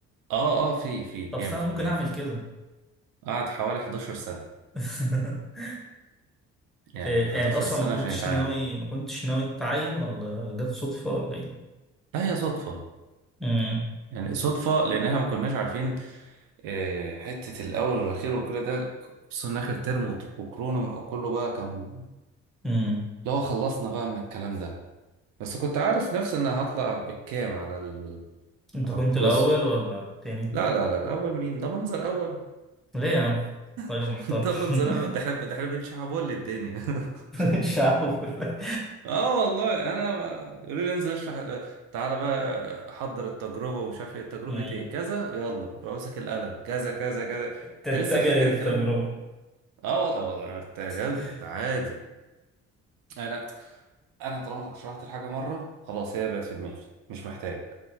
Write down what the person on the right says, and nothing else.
اه اه في في بينفع
بينفع
قعد حوالي 11 سنة
يعني
11
سنة
عشان يتعين
لا هي صدفة
يعني صدفة لأن احنا ما كناش عارفين آه، حتة الأول والأخير وكل ده خصوصا إن آخر ترم وت- وكورونا وكله بقى كان
لو خلصنا بقى من الكلام ده بس كنت عارف نفسي ان هطلع الكام على ال...
على
القسم
لا لا لا الاول مين ده منظر اول
<laughs>
ده منظر
اول ده احنا ده احنا بنشعبول للدنيا <laughs>
اه والله انا ما- يقولوا لي انزل اشرح تعالى بقى حضر التجربه ومش عارف ايه تجربه
ايه كذا يلا امسك القلم كذا كذا كذا انت
لسه فاكر
الكلام ده اه والله آه والله، انا ارتجلت
عادي انا انا طالما شرحت الحاجه مره خلاص هي بقت في دماغي مش محتاج